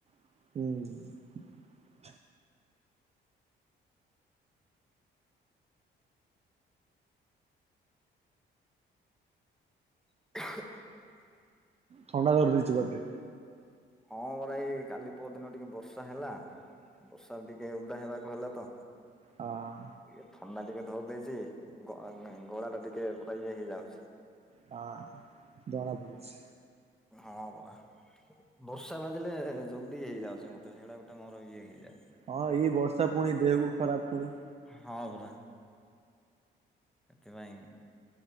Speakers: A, on the right; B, in the centre.
A: ହୁଁ।
B: <inaudible>
A: ଥଣ୍ଡା ଧରିଦେଇଛି ବୋଧେ।
B: ହଁ ପରା ଏଇ କାଲି ପର ଦିନ ଟିକେ ବର୍ଷା ହେଲା ବର୍ଷା ଟିକେ ଉଦା ହେବାକୁ ହେଲା ତ
A: ହଁ।
B: ଟିକେ ଥଣ୍ଡା ଟିକେ ଧରି ଦେଇେଇଛି ଗଳା ଟା ଟିକେ ପୁରା ଇଏ ହେଇଯାଉଛି।
A: ହଁ ଜଣା ପଡୁଛି।
B: ହଁ ପରା ବର୍ଷା ବାଜିଲେ ଜଲଦି ହେଇଯାଉଛି ମତେ ସେଇଡା ଗୋଟେ ମୋର ଇଏ ହେଇଯାଉଛି।
A: ହଁ ଏଇ ବର୍ଷା ପୁଣି ଦେହକୁ ଖରାପ ପୁଣି
B: ହଁ ପରା। ସେଥିପାଇଁ